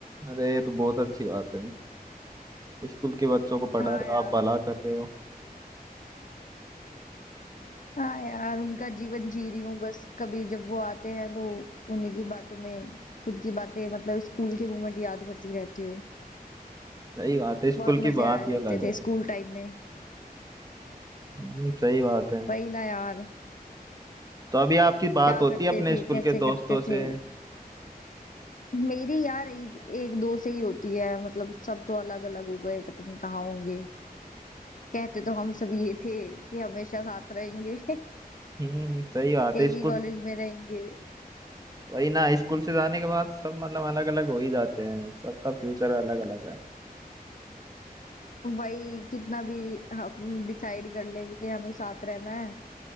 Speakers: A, on the right; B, on the left.
A: अरे ये तो बहुत अच्छी बात है स्कूल के बच्चों को पढ़ा
B: हाँ
A: रहे
B: यार
A: हो आप भला कर रहे हो
B: हाँ यार उनका जीवन जी रही हूँ बस कभी जब वो आते हैं तो उन्हीं की बातों में खुद की बातें मतलब स्कूल के मोमेंट याद करती रहती हूँ
A: सही बात है स्कूल
B: बहुत
A: की
B: मजे
A: बात
B: आया
A: ही अलग
B: करते थे
A: है
B: स्कूल टाइम में
A: हम्म, सही बात है
B: वही ना यार
A: तो अभी आपकी बात
B: क्या
A: होती
B: करते
A: है अपने
B: थे
A: स्कूल
B: कैसे
A: के
B: करते
A: दोस्तों से
B: थे मेरी यार एक, एक दो से ही होती है मतलब सब तो अलग अलग हो गए पता नहीं कहाँ होंगे कहते तो हम सब ये थे कि हमेशा साथ रहेंगे <laughs>
A: हम्म सही बात
B: एक
A: है
B: ही
A: स्कूल
B: कॉलेज में रहेंगे
A: वही ना स्कूल से जाने के बाद सब मतलब अलग अलग हो ही जाते हैं सबका फ्यूचर अलग अलग है
B: वही कितना भी हम डिसाइड कर लेंगे हमें साथ रहना है